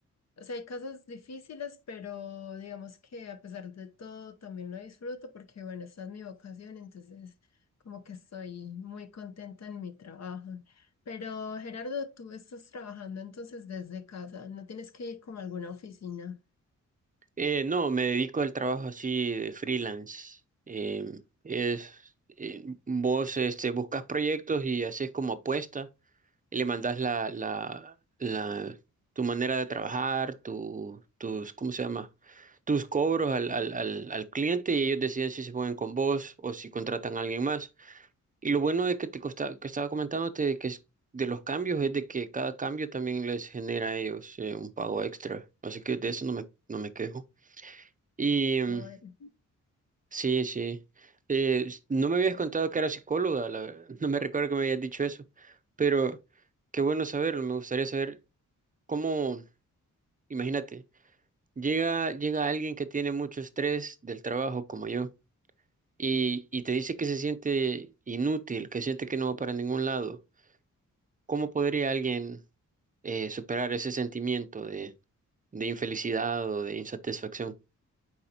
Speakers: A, on the left (about 55°); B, on the right (about 25°).
A: O sea, hay casos difíciles, pero digamos que a pesar de todo también lo disfruto porque, bueno, esta es mi vocación, entonces como que estoy muy contenta en mi trabajo. Pero Gerardo, tú estás trabajando entonces desde casa, no tienes que ir como a alguna oficina.
B: Eh, no, me dedico al trabajo así de freelance. Em, es, eh, vos este, buscas proyectos y haces como apuesta y le mandas la, la, la, tu manera de trabajar, tu, tus, ¿cómo se llama? Tus cobros al, al, al, al cliente y ellos deciden si se ponen con vos o si contratan a alguien más. Y lo bueno de que te costa- que estaba comentándote de que es de los cambios es de que cada cambio también les genera a ellos eh, un pago extra. Así que de eso no me, no me quejo. Y mm,
A: Ah, bueno.
B: sí, sí. Eh, s- no me habías contado que era psicóloga, la- <laughs> no me recuerdo que me habías dicho eso, pero qué bueno saberlo, me gustaría saber. ¿Cómo? Imagínate, llega, llega alguien que tiene mucho estrés del trabajo como yo y, y te dice que se siente inútil, que siente que no va para ningún lado. ¿Cómo podría alguien eh, superar ese sentimiento de, de infelicidad o de insatisfacción?